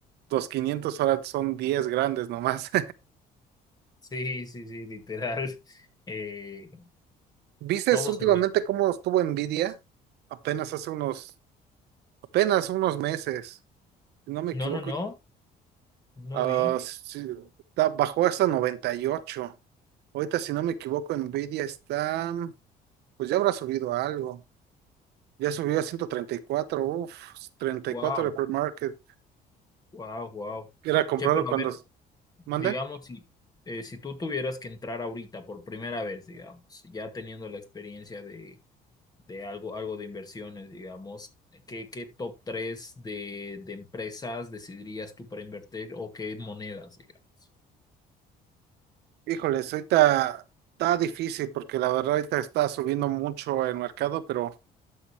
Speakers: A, on the right; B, on the left.
A: los 500 ahora son 10 grandes nomás.
B: Sí, sí, sí, literal. <laughs> Eh,
A: <laughs> ¿Vistes
B: todo
A: últimamente
B: se...
A: cómo estuvo Nvidia? Apenas hace unos, apenas unos meses, si no me equivoco,
B: No, no, no, no
A: ah,
B: vi.
A: sí, da- bajó hasta 98. Ahorita, si no me equivoco, Nvidia está, pues ya habrá subido a algo. Ya subió a 134, uff, treinta
B: Wow,
A: y cuatro de pre-market.
B: wow, wow.
A: Era comprado
B: Che, pero
A: cuando,
B: a ver, digamos,
A: ¿mande?
B: si, eh, si tú tuvieras que entrar ahorita por primera vez, digamos, ya teniendo la experiencia de, de algo, algo de inversiones, digamos, ¿qué, qué top 3 de, de empresas decidirías tú para invertir o qué monedas, digamos?
A: Híjoles, ahorita está difícil porque la verdad ahorita está subiendo mucho el mercado, pero